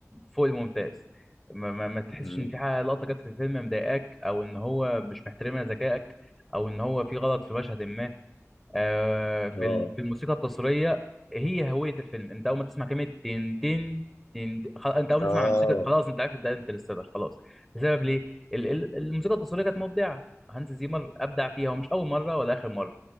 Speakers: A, in the centre; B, on the left.
A: فوق الممتاز ما, ما, ما تحسش
B: مم.
A: ان في حاجه لقطه جت في الفيلم مضايقاك او ان هو مش محترمها ذكائك او ان هو في غلط في مشهد ما آه، في
B: اه
A: ال- في الموسيقى التصويريه هي هويه الفيلم انت اول ما تسمع كلمه تن تن تن تن- خلاص انت اول ما
B: اه
A: تسمع الموسيقى خلاص انت عارف ده انترستيلر خلاص بسبب ليه ال- ال- الموسيقى التصويريه كانت مبدعه هانز زيمر ابدع فيها ومش اول مره ولا اخر مره